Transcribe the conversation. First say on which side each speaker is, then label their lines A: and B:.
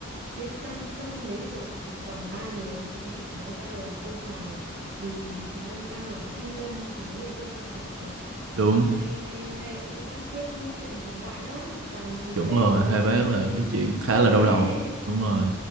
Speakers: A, on the right (about 55°); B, on the right (about 75°).
A: thế thì trong trong nếu như mà còn ba người thì chị nghĩ khả năng cao là Tô Hoài vì Nam Cao với Kim Lân chị nhớ ngày xưa hay học là là
B: đúng
A: hay hay hay bác viết chuyện quằn quại lắm toàn chí phèo
B: chuẩn rồi
A: với
B: hai
A: cả
B: bé là viết chuyện khá
A: gì
B: là đau
A: <laughs>
B: đầu đúng rồi